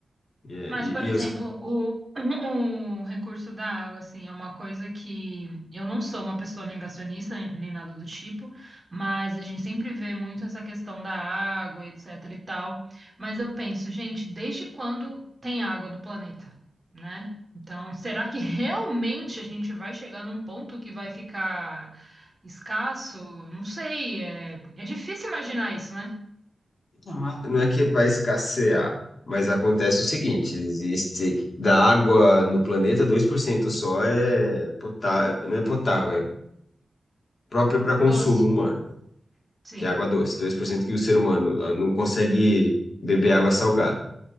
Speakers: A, on the left; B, on the right.
A: E, é-
B: Mas,
A: e,
B: por exemplo,
A: e eu,
B: o, <clears throat> o recurso da água, assim, é uma coisa que eu não sou uma pessoa negacionista nem nada do tipo, mas a gente sempre vê muito essa questão da água, e etc e tal. Mas eu penso, gente, desde quando tem água no planeta, né? Então, será que <laughs> realmente a gente vai chegar num ponto que vai ficar escasso? Não sei, é, é difícil imaginar isso, né?
A: não é é que vai escassear, mas acontece o seguinte: existe da água no planeta, 2% só é potável, não é potável, é própria para consumo
B: Doce,
A: humano,
B: sim.
A: que é água doce, Dois por cento que o ser humano ah, não consegue beber água salgada.